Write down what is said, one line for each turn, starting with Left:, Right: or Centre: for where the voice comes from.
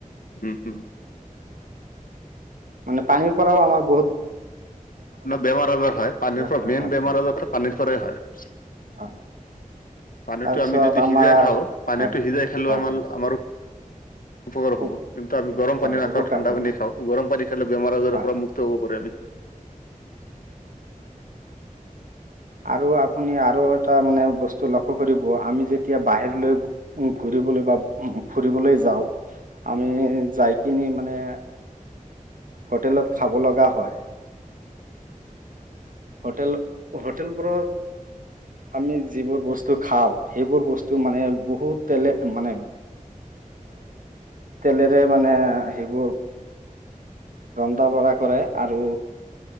Left: উম হম
Right: মানে পানীৰ পৰাও আমাৰ বহুত
Left: বেমাৰ আজাৰ হয় পানীৰ পৰা
Right: হয়
Left: মেইন বেমাৰ
Right: হয়
Left: আজাৰতো পানীৰ পৰাই হয়
Right: হয়
Left: পানীতটো
Right: তাৰপিছত
Left: আমি যদি
Right: আমাৰ
Left: সিজাই খাওঁ পানীটো
Right: হয়
Left: সিজাই খালেও
Right: হয়
Left: আমাৰ
Right: হয়
Left: আমাৰো উপকাৰ হব
Right: উপ-
Left: কিন্তু আমি গৰম
Right: হয়
Left: পানী নাওঁ
Right: উপকাৰ
Left: ঠাণ্ডা
Right: হ'ব
Left: পানী খাওঁ গৰম পানী খালে বেমাৰ আজাৰৰ
Right: হয়
Left: পৰা
Right: হয়।
Left: মুক্ত হব পাৰে আমি <unintelligible>
Right: আৰু আপুনি আৰু এটা মানে বস্তু লক্ষ্য কৰিব আমি যেতিয়া বাহিৰলৈ ঘূৰি ফুব বা ফুৰিবলৈ যাওঁ আমি যাই কিনি মানে হোটেলত খাব লগা হয়।
Left: <unintelligible>
Right: হোটেল হোটেল ব্ৰক আমি যিবোৰ বস্তু খাওঁ সেইবোৰ বস্তু মানে বহুত তেলে মানে তেলেৰে মানে সেইবোৰ ৰন্ধ বৰা কৰে আৰু